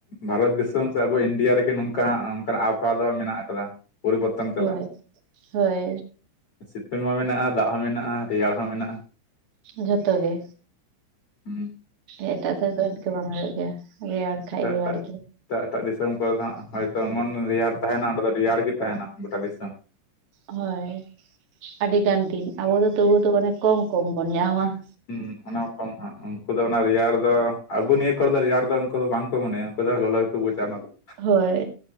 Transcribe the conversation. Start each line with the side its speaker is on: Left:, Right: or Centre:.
Left: ᱵᱷᱟᱨᱚᱛ ᱫᱤᱥᱚᱢ ᱥᱮ ᱟᱵᱚ ᱤᱱᱰᱤᱭᱟ ᱨᱮᱜᱮ ᱱᱚᱝᱠᱟ ᱱᱚᱝᱠᱱᱟᱜ ᱟᱵᱚᱦᱟᱣᱟ ᱫᱚ ᱢᱮᱱᱟᱜ ᱠᱟᱫᱟ᱾ ᱯᱚᱨᱤᱵᱚᱨᱛᱚᱱ ᱪᱟᱞᱟᱜᱼᱟ᱾
Right: ᱦᱳᱭ ᱦᱳᱭ
Left: ᱥᱤᱛᱩᱝ ᱦᱚᱸ ᱢᱮᱱᱟᱜᱼᱟ, ᱫᱟᱜ ᱦᱚᱸ ᱢᱮᱱᱟᱜᱼᱟ, ᱨᱮᱭᱟᱲ ᱦᱚᱸ ᱢᱮᱱᱟᱜᱼᱟ,
Right: ᱡᱷᱚᱛᱚ ᱜᱮ᱾
Left: ᱦᱩᱸ᱾
Right: ᱮᱴᱟᱜ ᱥᱮᱫ ᱫᱚ ᱤᱱᱠᱟᱹ ᱵᱟᱝ ᱦᱩᱭᱩᱜ ᱜᱮᱭᱟ ᱨᱮᱭᱟᱲ ᱠᱷᱟᱡ
Left: ᱮᱴᱟᱜ
Right: ᱨᱮᱭᱟᱲ
Left: ᱮᱴᱟᱜ
Right: ᱜᱮ᱾
Left: ᱮᱴᱟᱜ ᱮᱴᱟᱜ ᱫᱤᱥᱚᱢ ᱠᱚᱨᱮ ᱫᱚ ᱦᱟᱸᱜ ᱦᱚᱭᱛᱚ ᱮᱢᱚᱱ ᱨᱮᱭᱟᱲ ᱛᱟᱦᱮᱱᱟ ᱚᱸᱰᱮ ᱫᱚ ᱨᱮᱭᱟᱲ ᱜᱮ ᱛᱟᱦᱮᱱᱟ ᱜᱚᱴᱟ ᱫᱤᱥᱚᱢ
Right: ᱦᱳᱭ ᱟᱹᱰᱤ ᱜᱟᱱ ᱫᱤᱱ ᱟᱵᱚ ᱫᱚ ᱛᱚᱵᱩ ᱫᱚ ᱢᱟᱱᱮ ᱠᱚᱢ ᱠᱚᱢ ᱵᱚᱱ ᱧᱟᱢᱟ ᱾
Left: ᱦᱩ ᱚᱱᱟ ᱠᱷᱚᱱ ᱩᱱᱠᱩ ᱫᱚ ᱚᱱᱟ ᱨᱮᱭᱟᱲ ᱟᱫᱚ ᱟᱵᱚ ᱱᱤᱭᱟᱹ ᱠᱚᱨᱮ ᱫᱚ ᱨᱮᱭᱟᱲ ᱫᱚ ᱩᱱᱠᱩ ᱫᱚ ᱵᱟᱝᱠᱚ ᱢᱚᱱᱮᱭᱟ ᱩᱱᱠᱩ ᱫᱚ ᱞᱚᱞᱚ ᱜᱮ ᱠᱚ ᱵᱩᱡ-ᱟ ᱚᱱᱟ ᱫᱚ ᱾
Right: ᱦᱳᱭ